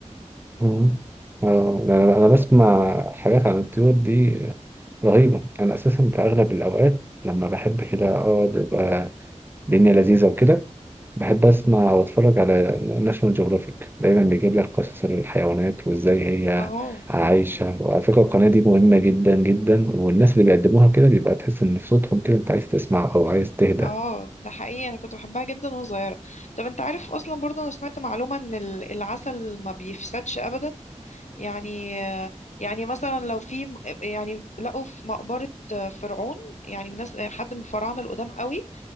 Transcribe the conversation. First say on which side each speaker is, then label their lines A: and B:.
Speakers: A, on the right; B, on the left.
A: مم. آه، أنا أنا بسمع حاجات عن الطيور دي رهيبة أنا أساسا في أغلب الأوقات لما بحب كده أقعد يبقى الدنيا لذيذة وكده بحب أسمع وأتفرج على ناشونال جيوغرافيك دايما بيجيب لك قصص الحيوانات وإزاي هي
B: اه
A: عايشة وعلى فكرة القناة دي مهمة جدا جدا والناس اللي بيقدموها كده بيبقى تحس إن في صوتهم كده أنت عايز تسمع أو عايز تهدى
B: اه ده حقيقي انا كنت بحبها جدا وانا صغيره طب انت عارف اصلا برضه انا سمعت معلومه ان ال- العسل ما بيفسدش ابدا يعني يعني مثلا لو في م- يعني لقوا في مقبره فرعون يعني من ناس حد من الفراعنه القدام قوي